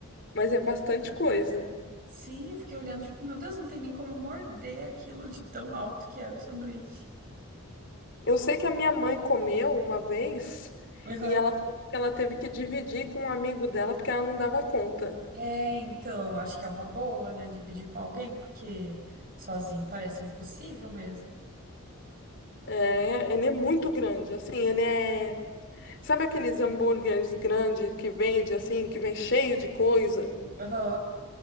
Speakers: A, on the left; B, on the right.
A: mas é bastante coisa.
B: Sim, eu fiquei olhando, tipo, meu Deus, não tem nem como morder aquilo de tão alto que era o sanduíche.
A: Eu sei que a minha mãe comeu uma vez
B: Aham.
A: e ela falou que ela teve que dividir com um amigo dela porque ela não dava conta.
B: É, então, acho que é uma boa, né? Dividir com alguém, porque sozinho parece impossível mesmo.
A: É, ele é muito grande, assim, ele é Sabe aqueles hambúrgueres grandes que vende, assim, que vem cheio de coisa?
B: Aham.